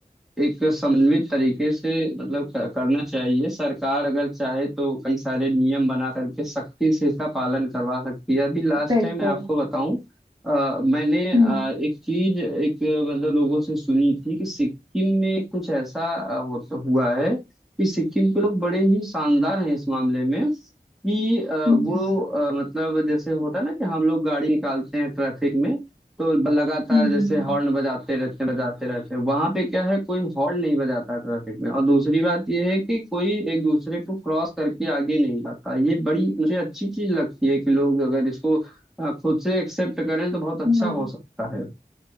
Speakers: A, in the centre; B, on the right.
A: अ, एक समन्वित तरीके से मतलब क- करना चाहिए सरकार अगर चाहे तो कई सारे नियम बना करके सख्ती से इसका पालन करवा सकती है अभी लास्ट
B: बिल्कुल
A: टाइम मैं आपको बताऊं अ, मैंने अ,
B: हम्म
A: एक चीज एक अ, मतलब लोगों से सुनी थी कि सिक्किम में कुछ ऐसा अ, होता हुआ है कि सिक्किम के लोग बड़े ही शानदार हैं इस मामले में कि अ, वो
B: हम्म
A: अ, मतलब जैसे होता है ना कि हम लोग गाड़ी निकालते हैं ट्रैफिक में तो लगातार
B: हम्म
A: जैसे
B: हम्म, हम्म।
A: हॉर्न बजाते रहते हैं बजाते रहते हैं वहां पे क्या है कोई हॉर्न नहीं बजाता ट्रैफिक में और दूसरी बात ये है कि कोई एक दूसरे को क्रॉस करके आगे नहीं जाता ये बड़ी मुझे अच्छी चीज लगती है कि लोग अगर इसको अ, खुद से एक्सेप्ट करें तो बहुत अच्छा
B: हम्म,
A: हो सकता है